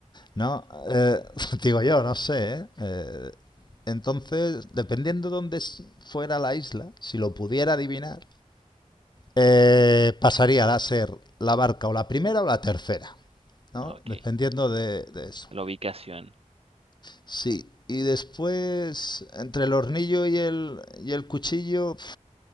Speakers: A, on the left; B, on the right.
A: ¿no? Eh, <laughs> digo yo, no sé, ¿eh? Eh, entonces, dependiendo dónde s- fuera la isla, si lo pudiera adivinar, eh, pasaría a ser la barca o la primera o la tercera, ¿no?
B: Ah, Ok.
A: Dependiendo de, de eso.
B: La ubicación.
A: Sí, y después entre el hornillo y el, y el cuchillo, pf,